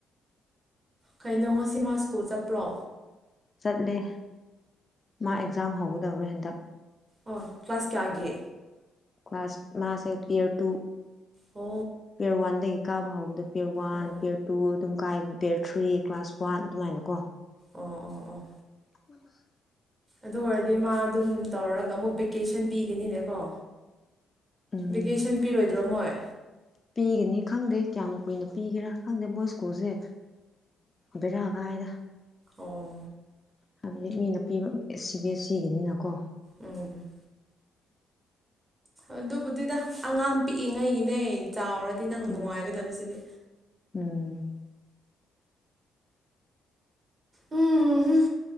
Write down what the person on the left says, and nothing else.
ꯆꯠꯂꯦ ꯃꯥ ꯑꯦꯛꯖꯝ ꯍꯧ ꯂꯧꯔꯦ ꯍꯟꯗꯛ
ꯀ꯭ꯂꯥꯁ ꯃꯥꯁꯦ ꯄꯦꯌꯔ ꯇꯨ
ꯄꯦꯌꯔ ꯋꯥꯟꯗꯒꯤ ꯀꯥꯕ ꯍꯧꯕꯗ ꯄꯤꯌꯔ ꯋꯥꯟ
ꯄꯤꯌꯔ ꯇꯨ ꯑꯗꯨꯝ ꯀꯥꯏ ꯄꯦꯌꯔ ꯊ꯭ꯔꯤ ꯀ꯭ꯂꯥꯁ ꯋꯥꯟ ꯑꯗꯨꯃꯥꯏꯅ ꯀꯣ
ꯃꯅꯥ
ꯎꯝ
ꯄꯤꯒꯅꯤ ꯈꯪꯗꯦ ꯀꯌꯥꯝ ꯀꯨꯏꯅ ꯄꯤꯒꯦꯔꯥ ꯈꯪꯗꯦ ꯃꯣꯁꯀꯨꯁꯦ ꯕꯦꯔꯥ ꯀꯥꯏꯗ
ꯍꯥꯏꯕꯗꯤ ꯃꯤ ꯅꯨꯄꯤ ꯑꯦꯁ ꯁꯤ ꯕꯤ ꯑꯦꯁ ꯁꯤꯒꯤꯅꯤꯅꯀꯣ
ꯎꯝ ꯎꯝ